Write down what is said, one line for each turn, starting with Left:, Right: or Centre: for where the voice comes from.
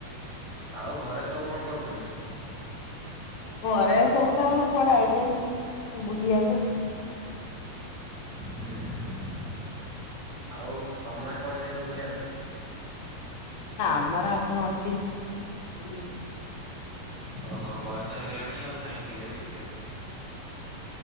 Right: ଆଉ ଘରେ ସବୁ କଣ କରୁଛନ୍ତି?
Left: ଘରେ ସବୁ ତାଙ୍କର କୁଆଡେ ଆଇଛନ୍ତି ବୁଲିବାକୁ।
Right: ହୁଁ ହୁଁ। ଆଉ ତମେ କୁଆଡେ ଯାଇନ ବୁଲିବା ପାଇଁ?
Left: ନା ଆମର ଆଉ କଣ ଅଛି, ଆମେ ବୁଲିବୁ।
Right: ଓହୋ ବୟସ ହେଇଗଲାଣି ଆଉ, କାହିଁ ବୁଲିବାକୁ ଯିବେ।